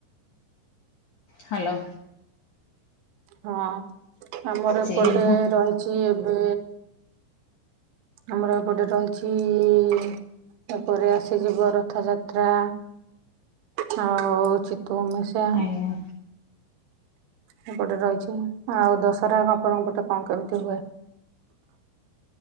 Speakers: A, on the left; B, on the right.
A: ହ୍ୟାଲୋ।
B: ହଁ ଆମର ଏପଟେ
A: ସେ ହଁ
B: ରହିଛି ଏବେ। ଆମର ଏପଟେ ରହିଛି ଇ ଏପରେ ଆସିଯିବ ରଥଯାତ୍ରା। ହଉଛିି ତୁ ମି ସେଆ।
A: ଆଜ୍ଞା
B: ସେପଟେ ରହିଛି ଆଉ ଦଶହରା ଆପଣଙ୍କ ପଟେ କଣ କେମିତି ହୁଏ।